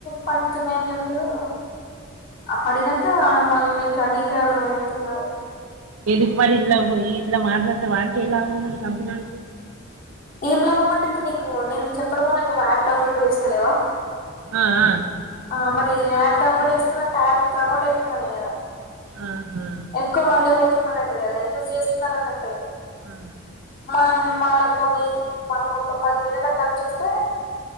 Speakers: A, on the left (about 45°); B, on the right (about 75°).
A: పడుతున్నాయని చెప్తుర్రు, ఆ పడినంక మళ్ళ నీకు కానీ <unintelligible>
B: ఎందుకు మరి ఇల్లా ఇంన్ల మాట్లాడితే వాడికేం లాభం ఉన్నది కంపెనోనికి
A: ఏం లాభం అంటే ఇప్పుడు నీ, నేను చెప్పడం నువ్వు యాప్ డౌన్లోడ్ చేస్తాలేవా?
B: ఆఆ
A: ఆ మరి యాప్ డౌన్లోడ్ చేస్తుందంటే యాప్ ప్రమోట్ ఐతుందనే కదా.
B: ఆహా
A: ఎక్కువ మంది పోతుందిన్నట్టే కదా, యూజ్ చేస్తున్నారన్నట్టు
B: అ
A: మం వాళ్ళకి అవి వాళ్ళకు ఒక పది వేలలకు ఖర్చు వస్తే